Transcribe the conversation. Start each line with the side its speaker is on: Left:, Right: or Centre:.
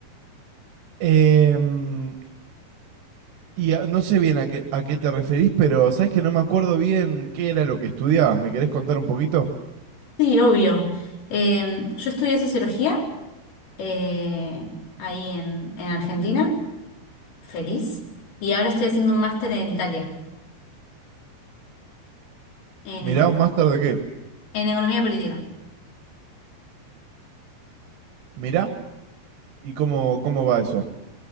Right: Em, y a- no sé bien a qué, a qué te referís, pero sabes que no me acuerdo bien qué era lo que estudiabas. ¿Me querés contar un poquito?
Left: Sí, obvio. Eh, yo estudié sociología eh, ahí en en Argentina. feliz. Y ahora estoy haciendo un máster en Italia, en
Right: Mirá,
Left: economía,
Right: un máster de qué?
Left: en economía política.
Right: Mirá, ¿y cómo, cómo va eso?